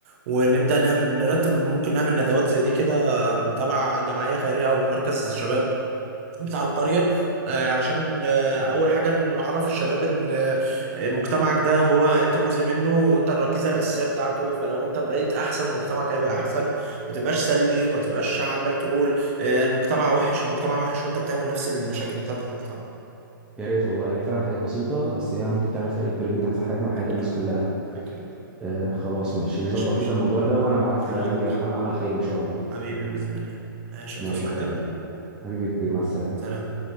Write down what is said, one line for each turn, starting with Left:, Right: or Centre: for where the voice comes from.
Right: ونبدا نعمل نرتب ممكن نعمل ندوات زي دي كده تبع جمعيه خيريه او مركز شباب بتاع القريه آه، عشان آه، اول حاجه نعرف الشباب ان آه، مجتمعك ده هو انت جزء منه وانت الركيزه الاساسيه بتاعته فلو انت بقيت احسن مجتمعك هيبقى احسن ما تبقاش سلبي وما تبقاش عمال تقول آه، المجتمع وحش المجتمع وحش وانت بتعمل نفس المشاكل بتاعت المجتمع
Centre: يا ريت والله هي فعلا حاجات بسيطة بس هي ممكن تعمل فرق كبير جدا في حياتنا وحياة
Right: اكيد
Centre: الناس كلها
Right: اكيد
Centre: آه خلاص ماشي
Right: ماشي
Centre: نظبط
Right: يا باشا
Centre: كده الموضوع ده وأنا معاك
Right: اكلمك
Centre: في أي حم- عمل خير إن شاء الله
Right: حبيبي بإذن الله ماشي هتصحى
Centre: ماشي يا
Right: حاجة
Centre: حبيب قلبي حبيبي كبير مع السلامة
Right: سلام